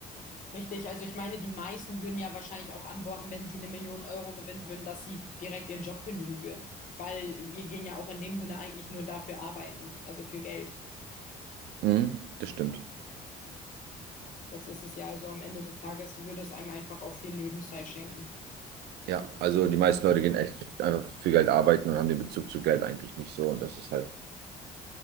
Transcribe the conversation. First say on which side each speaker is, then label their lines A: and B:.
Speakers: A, on the left (about 50°); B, on the right (about 75°).
A: Richtig, also ich meine, die meisten würden ja wahrscheinlich auch antworten, wenn sie eine Million Euro gewinnen würden, dass sie direkt ihren Job kündigen würden. Weil wir gehen ja auch in dem Sinne eigentlich nur dafür arbeiten, also für Geld.
B: Mhm, das stimmt.
A: Das ist es ja. Also am Ende des Tages würde es einem einfach auch viel Lebenszeit schenken.
B: Ja, also die meisten Leute gehen echt einfach für Geld arbeiten und haben den Bezug zu Geld eigentlich nicht so. Und das ist halt,